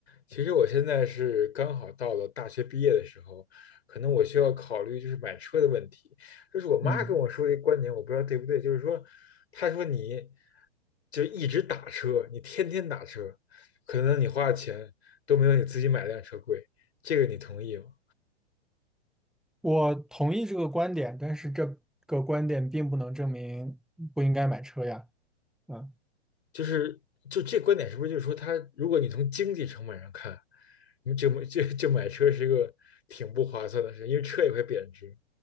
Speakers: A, on the left; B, in the centre.
A: 其实我现在是刚好到了大学毕业的时候，可能我需要考虑就是买车的问题。就是我妈跟我说这个观点，
B: 嗯，
A: 我不知道对不对。就是说，她说你就一直打车，你天天打车，可能你花的钱都没有你自己买辆车贵。这个你同意吗？
B: 我同意这个观点，但是这个观点并不能证明不应该买车呀。嗯，
A: 就是就这观点是不是就是说他，如果你从经济成本上看，你就就就买车是一个挺不划算的事，因为车也会贬值，